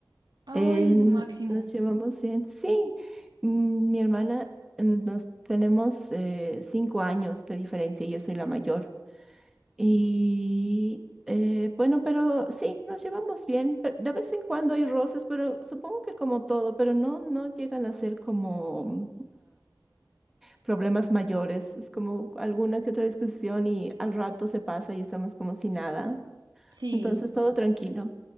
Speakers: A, on the right; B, in the centre.
A: Ay,
B: eh, n-
A: lo máximo.
B: nos llevamos bien. Sí, mm, mi hermana, mm, nos tenemos eh, cinco años de diferencia, y yo soy la mayor. Y eh, bueno, pero sí, nos llevamos bien. pe- De vez en cuando hay roces, pero supongo que como todo, pero no, no llegan a ser como problemas mayores, es como alguna que otra discusión y al rato se pasa y estamos como si nada.
A: Sí,
B: Entonces
A: sí,
B: todo
A: sí.
B: tranquilo.